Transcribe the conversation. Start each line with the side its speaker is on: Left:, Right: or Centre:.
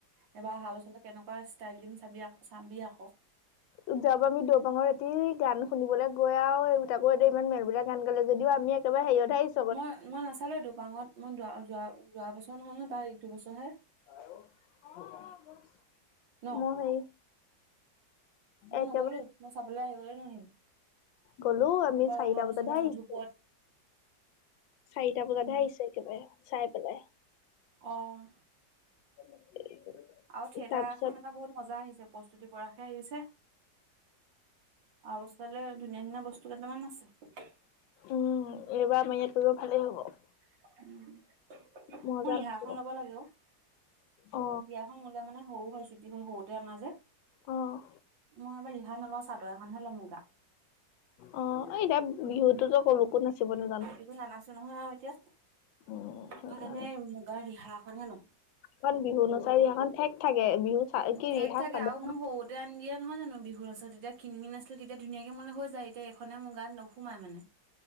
Right: এইবাৰ অহা বছৰলে কেনেকুৱা ষ্টাইল দিম চাবি আকৌ চাবি আকৌ
Left: যোৱা বাৰ আমি দৌপাঙৰ ই গান শুনিবলৈ গৈ আৰু তাকো এইটো ইমান মেলমেলিয়া গান গালে। যদিও আমি একেবাৰে হেৰিয়ত আহিছ
Right: মই-মই নাচালো, দুপাঙত মই যোৱা যোৱা বছৰ নহয়-নহয় দুপাঙত
Left: <unintelligible>
Right: ন?
Left: মই হেৰি
Right: মই
Left: একেবাৰে
Right: নগলো মই চাবলৈ আহিবলৈ নহল।
Left: গ'লো আমি
Right: এবাৰ
Left: চাৰিটা
Right: অহা বছৰলে
Left: বজাতহে
Right: মধুপুৰত
Left: আহিছো চাৰিটা বজাতহে
Right: উম
Left: আহিছে একেবাৰে, চাই পেলাই
Right: অ',
Left: <inaudible>
Right: আৰু থিয়েটাৰ
Left: তাৰপিছত
Right: এখন এইবাৰ বহুত মজা আহিছে, প্ৰস্তুতি পৰশ হে আহিছে, অহা বছৰলে ধুনীয়া-ধুনীয়া বস্তু কেইটামান আছে।
Left: উম, এইবাৰ আমাৰ ইয়াত কৰিব ভালেই হ'ব।
Right: উ, উ। মোৰ
Left: মজা
Right: ৰিহা
Left: লাগিব
Right: এখন ল'ব লাগে অ'। ৰিয়াখন
Left: অ
Right: ল'লে মানে হও হয় ছু এবোৰ হওতে আনা যে।
Left: অ'।
Right: মই এইবাৰ ৰিহা নলওঁ, চাদৰ এখনহে লম মুগা।
Left: অ' এইতিয়া বিহুতোতো <unintelligible> ক'ত নাচিব নো।
Right: একো নানাছো নহয় আও এতিয়া।
Left: উম সেইকাৰণে
Right: তাকাণে মুগাৰ ৰিহা এখনহে লম।
Left: খন বিহু নচা ৰিহাখন ঠেক থাকে, বিহু চা কি
Right: ঠেক
Left: ৰিহা
Right: থাকে
Left: চাদৰ
Right: আও মই সও তে আনি দিয়া নহয় জানো বিহু নচা। তেতিয়া কীণ মীন আছিল তেতিয়া ধুনীয়াকে মোলে হৈ যায়, এটিয়া এইখনে মোৰ গাত নোসোমাই মানে।